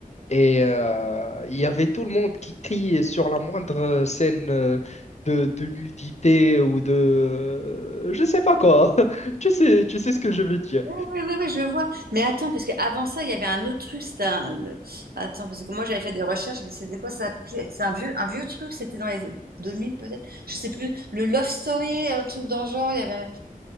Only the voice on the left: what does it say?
Et euh, il y avait tout le monde qui criait sur la moindre scène euh, de, de nudité ou de... Je sais pas quoi. <laughs> Tu sais, tu sais ce que je veux dire.